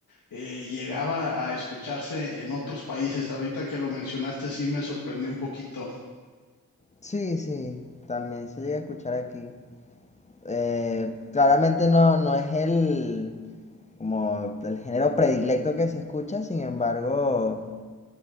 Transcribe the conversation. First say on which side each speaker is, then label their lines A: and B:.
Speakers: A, on the left (about 85°); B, on the left (about 20°).
A: eh, llegaba a escucharse en otros países. Ahorita que lo mencionaste, sí me sorprendió un poquito.
B: Sí, sí, también se llega a escuchar aquí. Eh, claramente no, no es el, como el género predilecto que se escucha, sin embargo,